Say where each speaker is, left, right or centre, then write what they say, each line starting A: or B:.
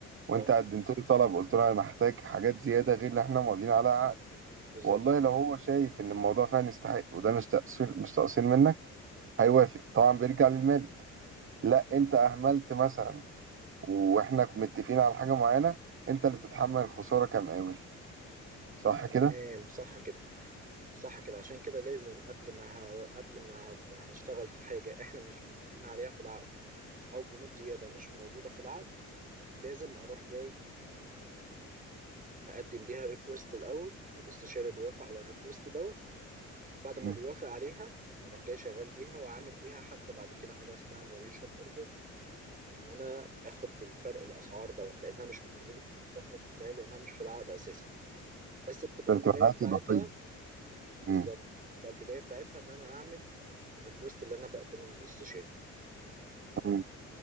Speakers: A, on the right; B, on the right.
A: وانت
B: اه
A: قدمت له طلب قلت له انا محتاج حاجات زياده غير اللي احنا ماضيين عليها عقد
B: بالظبط
A: والله لو هو شايف ان الموضوع فعلا يستحق وده مش تقصير مش تقصير منك هيوافق طبعا بيرجع للمالك لا انت اهملت مثلا واحنا متفقين على حاجه معينه انت اللي تتحمل الخساره كمقاول صح
B: تمام
A: كده
B: صح كده صح كده عشان كده لازم قبل ما ه... قبل ما ه- هشتغل في حاجة احنا مش متفقين عليها في العقد او بنود زيادة مش موجودة في العقد لازم اروح جاي آه، مقدم بيها ريكوست الاول والاستشاري بيوافق على الريكوست دوت بعد ما
A: مم.
B: بيوافق عليها بروح جاي شغال بيها وعامل بيها حتى بعد كده حاجه اسمها فاريشن اوردر ان انا اخد الفرق الاسعار دوت لانها مش بتنزلي في المستخلص بتاعي لانها مش في العقد اساسا بس بتبقى
A: ده
B: البدايه
A: بتبقى حاجات
B: بتاعتها
A: اضافيه
B: بالظبط
A: مم.
B: بتبقى البدايه بتاعتها ان انا اعمل الريكوست اللي انا بقدمه للاستشاري
A: مم.